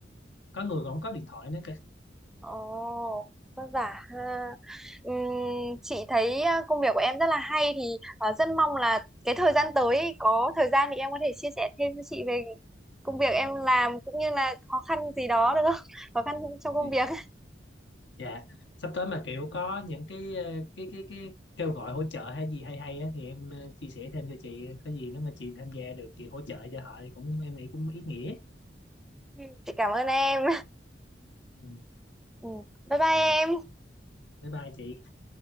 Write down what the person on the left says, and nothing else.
có người còn không có điện thoại nữa
kìa
Dạ, sắp tới mà kiểu có những cái ờ, cái cái cái kêu gọi hỗ trợ hay gì hay hay á, thì em ờ, chia sẻ thêm cho chị có gì nếu mà chị tham gia được chị hỗ trợ cho họ thì cũng em nghĩ cũng ý nghĩa.
Ừ,
dạ rồi,
bye bye chị.